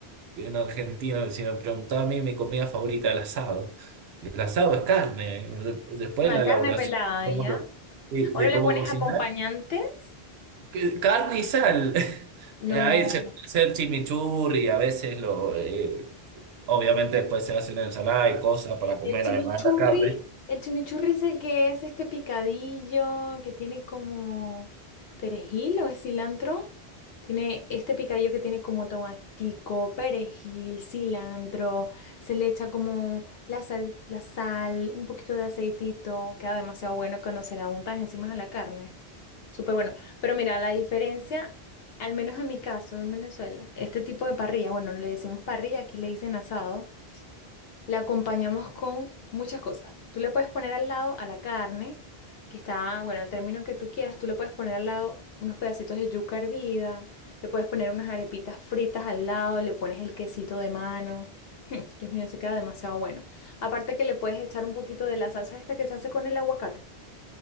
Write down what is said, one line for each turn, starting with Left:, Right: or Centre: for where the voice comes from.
Right: en Argentina, si me preguntaba a mí mi comida favorita, es el asado. Y el asado es carne. De- Después
Left: Una
Right: la elaboración
Left: carne pelada
Right: de cómo,
Left: y ya.
Right: lo- de-
Left: ¿O
Right: de
Left: no le
Right: cómo
Left: pones
Right: cocinar,
Left: acompañantes?
Right: que- carne y sal. <laughs>
Left: No.
Right: A veces puede ser chimichurri, a veces lo... eh, Obviamente después se hacen ensalada y cosas para comer,
Left: El chimichurri,
Right: además de la carne.
Left: el chimichurri es el que es este picadillo que tiene como perejil o es cilantro. Tiene este picadillo que tiene como tomatico, perejil, cilantro. Se le echa como la sal, la sal, un poquito de aceitito. Queda demasiado bueno cuando se la untas encima a la carne. Súper bueno. Pero mira, la diferencia, al menos en mi caso, en Venezuela, este tipo de parrilla, bueno, le decimos parrilla, aquí le dicen asado. La acompañamos con muchas cosas. Tú le puedes poner al lado a la carne, que está, bueno, al término que tú quieras, tú le puedes poner al lado unos pedacitos de yuca hervida, le puedes poner unas arepitas fritas al lado, le pones el quesito de mano. <laughs> Dios mío, eso queda demasiado bueno. Aparte que le puedes echar un poquito de la salsa esta que se hace con el aguacate